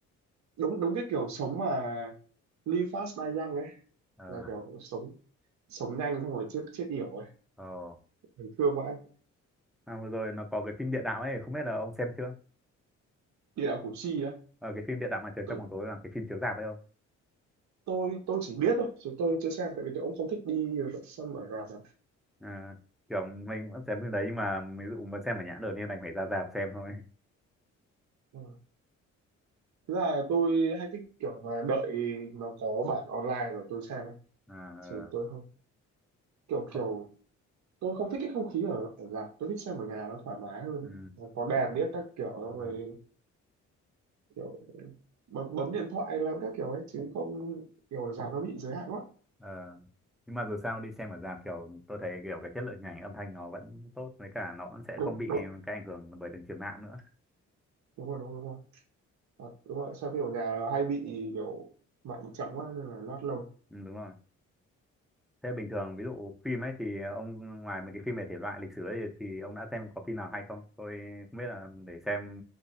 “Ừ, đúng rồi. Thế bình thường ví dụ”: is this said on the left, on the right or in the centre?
Centre